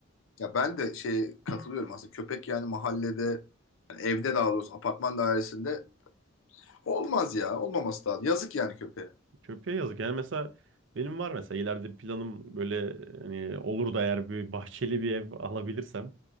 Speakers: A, on the left; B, on the right.
A: Ya ben de şey katılıyorum aslında. Köpek yani mahallede, yani evde daha doğrusu apartman dairesinde olmaz ya. Olmaması lazım. Yazık yani köpeğe.
B: Köpeğe yazık. Yani mesela benim var mesela ileride planım böyle hani olur da eğer bir bahçeli bir ev alabilirsem